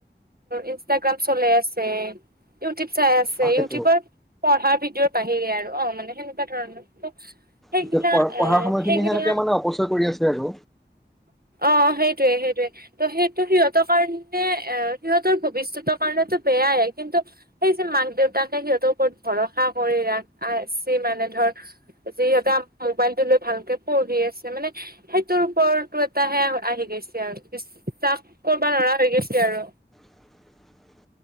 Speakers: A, on the right (about 55°); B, in the centre.
A: ইনষ্টাগ্ৰাম চলে ইউটিউব চাই আছে
B: তাকেতো।
A: ইউটিউবৰ পঢ়াৰ ভিডিঅৰ বাহিৰে আৰু অ মানে সেনেুৱা ধ সেইগিলা
B: এতিয়া পঢ় পঢ়াৰ
A: অ
B: সময়খিনি
A: সেইগা
B: সেনেকে মানে অপচয় কৰি আছে আৰু।
A: অ সেইটোয়ে সেইটোয়ে ত সেইটো সিহঁতৰ কাৰণে অ সিহঁতৰ ভৱিষ্যতৰ কাৰণো বেয়াই কিন্তু সেই যে মাক দেউতাকে সিহঁতৰ ওৰত ভৰসা কৰি ৰাখছি মানে ধৰ যিহতে মোবাইলটো লৈ ভালকে পঢ়ি আছে মানে সেইটোৰ ওপৰত টো এটাহে আহি গৈছে আৰু বিশ্বাস কৰবা লৰা হৈ গৈছে আৰু
B: <inaudible>